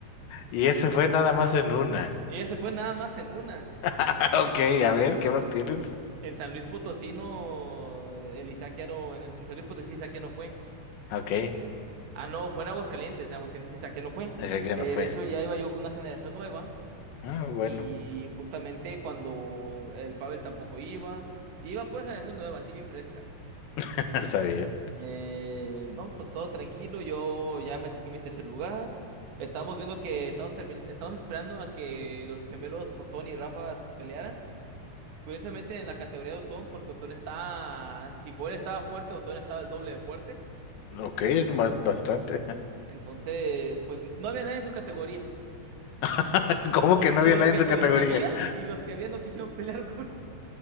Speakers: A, on the left; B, on the right.
A: Y ese fue nada más en una.
B: Ella se fue nada más en una.
A: <laughs> Ok, a ver, ¿qué más tienes?
B: En San Luis Potosí no, el Isaac ya no, en, el- en San Luis Potosí Isaac ya no fue.
A: Ok.
B: Ah, no, fue en Aguascalientes, en Aguascalientes Isaac ya no fue.
A: Así que ya
B: Eh,
A: me fue.
B: de hecho, ya iba yo con una generación nueva
A: Ah, bueno,
B: y justamente cuando el Pavel tampoco iba, iba pura generación nueva, así bien fresca.
A: <laughs> está bien.
B: Eh, no, pues todo tranquilo. Yo ya me saqué mi tercer lugar. Estamos viendo que estamos, termin- estamos esperando a que los gemelos Otón y Rafa pelearan. Curiosamente en la categoría de Otón, porque Otón está, si Joel estaba fuerte, Otón estaba el doble de fuerte.
A: Ok, es ma- bastante.
B: Entonces, pues no había nadie en su categoría.
A: <laughs> ¿Cómo
B: O-
A: que no
B: y
A: había
B: los
A: nadie
B: que,
A: en su
B: y
A: categoría?
B: los que había, y los que había no quisieron pelear con